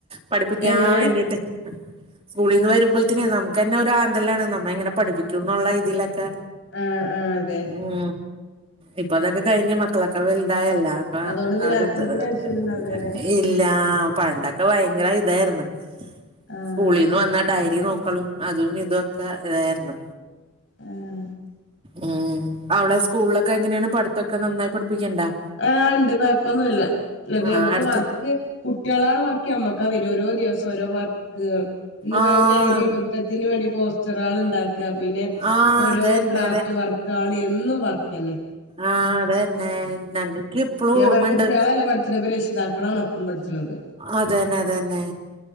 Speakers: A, on the right; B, on the left.
A: പഠിപ്പിക്കാൻ
B: എങ്ങനെ
A: വേണ്ടിട്ട് സ്കൂളിൽ നിന്ന് വരുമ്പോഴത്തനെ നമുക്ക് തന്നെ ഒരു ആന്തലാണ് നമ്മ എങ്ങനെ പഠിപ്പിക്കും എന്നുള്ള രീതിയിലൊക്കെ
B: ആഹ് ആഹ് അതെ
A: ഉ ഇപ്പൊ അതൊക്കെ കഴിഞ് മക്കളൊക്കെ വല ണ്ടായല്ല അപ്പ
B: അതോണ്ട് പിന്നെ
A: അവ
B: അത്രക്ക് ടെൻഷൻ
A: <inaudible>
B: ഉണ്ടാവൂലല്ലേ
A: ഇല്ല പണ്ടൊക്കെ ഭയങ്കര ഇതായിരുന്നു
B: ആഹ്
A: സ്കൂളിൽന്ന് വന്നാ ഡയറി നോക്കലും അതും ഇതൊക്കെ ഇതായിരുന്നു
B: ആഹ
A: ഉം അവിടെ സ്കൂളിലൊക്കെ എങ്ങനെയാണ് പഠിത്തൊക്കെ നന്നായി പഠിപ്പിക്കണ്ടാ
B: ആ ഉണ്ട് കൊഴപ്പൊന്നുമല്ല അപ
A: ആഹ്
B: മ്മക്ക്
A: അടുത്ത്
B: വർക്ക് കുട്ടികളെക്കാൾ വർക്ക് ഞമ്മക്കാ വരും ഓരോ ഓരോ ദിവസം ഓരോരുവർക്ക് ഇന്ന് ഇപ്പോ
A: ആഹ്
B: ലഹരി ദിനത്തിന് വേണ്ടി പോസ്റ്റർ ഒരാള് ഉണ്ടാക്കുക പിന്നെ
A: ആഹ്
B: ഓരോ
A: അതന്നെ
B: ക്രാഫ്റ്റ് വർക്ക ആൾ എന്നും വർക്ക് അല്ലേ
A: ആഹ അതെന്നെ ഞങ്ങക്ക് ഇപ്പളും
B: ഞാൻ
A: ഓർമ്മണ്ട്
B: പറ കുട്ട്യാളല്ല പഠിച്ച്ണെ ഇപ്പൊ രക്ഷിതാക്കളാണ് ഒപ്പം പഠിച്ച്ണത്
A: അതെന്നെ അത തന്നെ